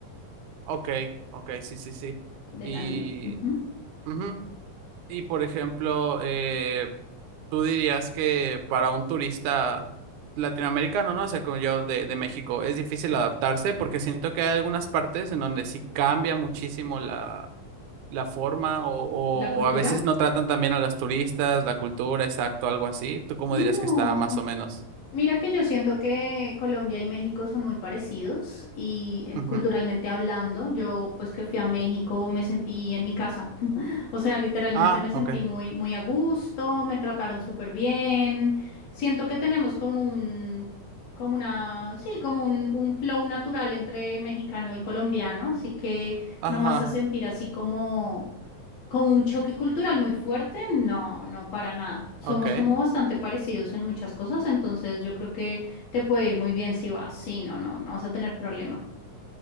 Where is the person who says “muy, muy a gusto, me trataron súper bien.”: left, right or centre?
Left